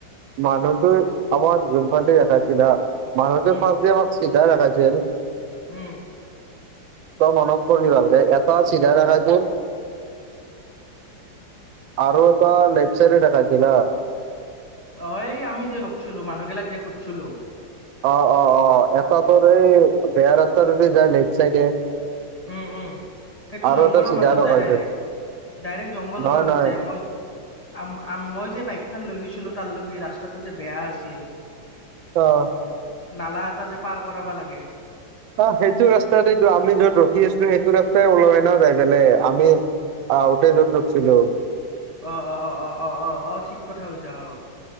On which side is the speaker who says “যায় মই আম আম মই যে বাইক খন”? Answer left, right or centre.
Left